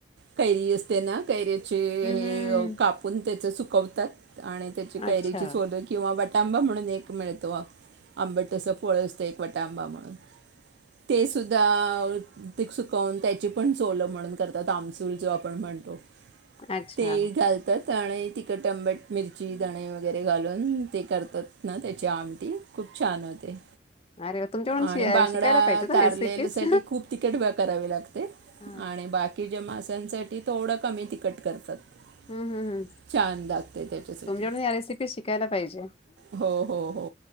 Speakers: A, on the right; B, on the left.
A: कैरी असते ना कैरी <unintelligible>
B: हम्म
A: हे
B: हम्म
A: कापून. त्याचं सुकवतातं. आणि त्याची कैरीची
B: अच्छा
A: सोलं किंवा वटांबा म्हणून एक मिळत. तो आंबट अस फळं असतं. एक वटांबा म्हणून, ते सुद्धा सुकवून त्याची पण सोलं म्हणून करतात आमसूल जो आपण म्हणतो.
B: अच्छा
A: ते घालतातं. त्याने तिखट आंबट मिरची धणे वगैरे घालून ते करतात ना त्याची आमटी खूपं छानं होते.
B: अरे वाह! तुमच्याकडून
A: आणि
B: शि
A: बांगडा
B: शिकायला पाहिजे ना
A: तारलेल्या
B: रेसिपीज
A: साठी खूप तिखट करावी लागते
B: हम्म
A: आणि बाकी- माांस्यासाठी थोडं कमी तिकट. करतात. छानं
B: हम्म हम्म
A: लागते त्याच्यासाठी
B: तुमच्याकडून या रेसिपी शिकायला पाहिजे.
A: हो, हो, हो